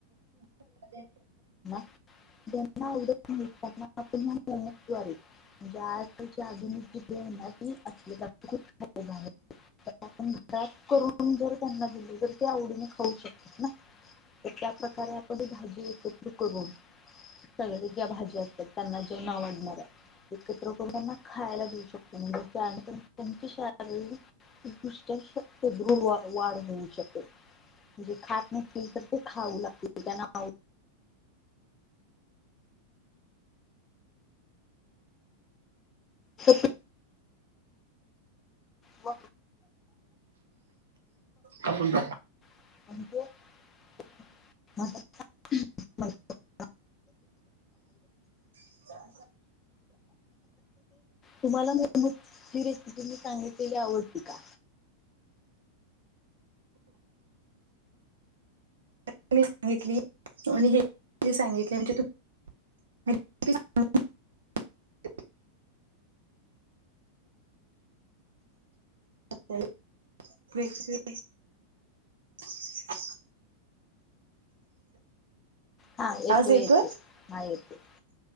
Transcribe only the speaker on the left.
व करून जर त्यांना दिले तर ते आवडीने खाऊ शकतात ना, तर त्या प्रकारे आपण ही भाजी एकत्र करून सगळे ज्या भाज्या असतात त्यांना जे न आवडणाऱ्या एकत्र करून ना त्यांना खायला देऊ शकतो म्हणजे त्यांच्या शारीरिक दृष्ट्या दृढ वाढ होऊ शकते म्हणजे खात नसतील तर ते खाऊ लागतील त्यांनाआउ क ब
<inaudible>
तुम्हाला मुलमची रेसिपी मी सांगितलेली आवडली का
हा येतो
येतो हा येतो